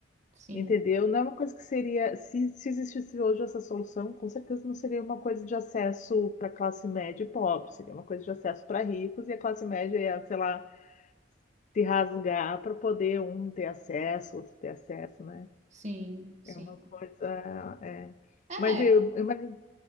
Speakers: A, on the right; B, on the left.
A: Sim,
B: Entendeu? Não é uma coisa que seria. Se, se existisse hoje essa solução, com certeza não seria uma coisa de acesso para classe média e pobre, seria uma coisa de acesso para ricos e a classe média ia, sei lá, se rasgar para poder um ter acesso, outro ter acesso, né?
A: sim, sim.
B: É uma coisa. é.
A: É,
B: Mas eu, eu imagino-